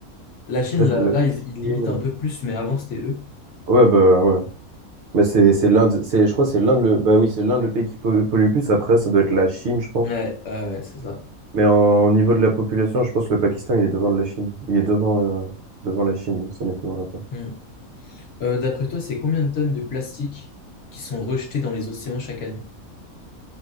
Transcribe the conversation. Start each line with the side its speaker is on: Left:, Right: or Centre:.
Left: La Chine,
Right: après
Left: là,
Right: t'as la
Left: là, ils,
Right: Chine.
Left: ils limitent un peu plus, mais avant, c'était eux.
Right: Ouais, bah ouais. Mais c'est c'est l'Inde, c'est je crois que c'est l'Inde le bah oui, c'est l'Inde le pays qui po- pollue le plus après ça doit être la Chine, je pense.
Left: Ouais, ouais, ouais, c'est ça.
Right: Mais en au niveau de la population, je pense que le Pakistan, il est devant la Chine. Il est devant euh, devant la Chine, ça m'étonnerait pas.
Left: Hmm. Euh, d'après toi, c'est combien de tonnes de plastique qui sont rejetées dans les océans chaque année?